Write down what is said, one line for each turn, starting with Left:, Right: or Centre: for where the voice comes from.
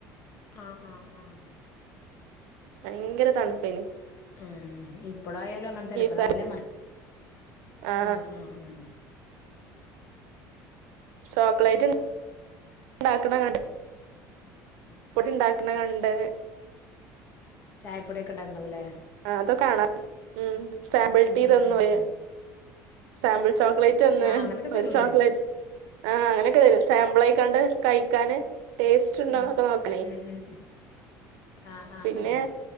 Left: ആഹ് ആഹ് ആഹ്
Right: ഭയങ്കര തണുപ്പെനു
Left: ആഹ് <unintelligible> ഇപ്പോളായാലും അങ്ങനെ തന്നെ ഇപ്പ
Right: ഫാ
Left: നല്ല മ
Right: ആ
Left: ആഹ് ആഹ് ഉം
Right: ചോക്ലേറ്റ് ഉണ്ടാക്കണ കണ് പൊടി ഉണ്ടാക്കണ കണ്ട്
Left: ചായപ്പൊടിക്കെ ഉണ്ടാക്കണത് അല്ലേ
Right: ആഹ് അതോ കാണാം ഉം സാമ്പിൾ
Left: ഉം
Right: ടീ
Left: ഉം
Right: തന്നു
Left: ഉം
Right: ഒര്
Left: ഉം
Right: സാമ്പിൾ ചോക്ലേറ്റ് തന്ന്
Left: ആഹ് അങ്ങനൊക്കെ തരൂലേ
Right: ഒരു ചോക്ലേറ്റ് ആഹ് അങ്ങനെക്കെ തരും സാമ്പിൾ ആയിക്കണ്ട് കയി ക്കാന് ടേസ്റ്റ് ഉണ്ടോന്നൊക്കെ
Left: ഉം
Right: നോക്കണേ
Left: ഉം ഉം ഉം ആഹ് ആഹ്
Right: പിന്നെ
Left: ആഹ്